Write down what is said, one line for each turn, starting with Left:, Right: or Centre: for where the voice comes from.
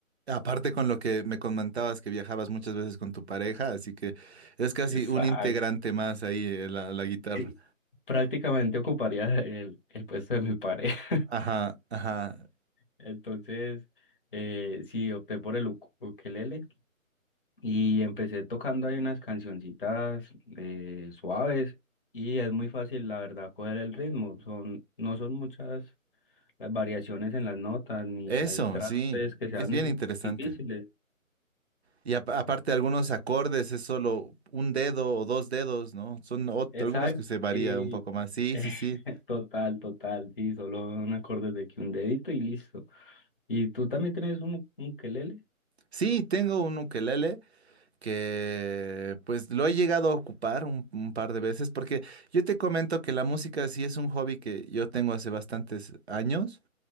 Right: Aparte con lo que me comentabas que viajabas muchas veces con tu pareja, así que es casi
Left: Exacto.
Right: un integrante más ahí eh, la, la guitarra.
Left: Sí, prácticamente ocuparía el, el puesto de mi pareja.
Right: Ajá, ajá.
Left: Entonces, eh, sí, opté por el uk- ukelele y empecé tocando ahí unas cancioncitas eh, suaves y es muy fácil, la verdad, coger el ritmo. Son, no son muchas las variaciones en las notas, ni
Right: Eso,
Left: hay trastes
Right: sí.
Left: que sean
Right: Es bien interesante.
Left: difíciles.
Right: Y apa- aparte algunos acordes es solo un dedo o dos dedos, ¿no? Son ot-
Left: Exacto,
Right: algunos que se varía
Left: sí.
Right: un poco más. Sí,
Left: <laughs>
Right: sí, sí.
Left: Total, total, sí, solo un acorde de que un dedito y listo. ¿Y tú también tienes un un ukelele?
Right: Sí, tengo un ukelele que pues lo he llegado a ocupar un, un par de veces porque yo te comento que la música sí es un hobby que yo tengo hace bastantes años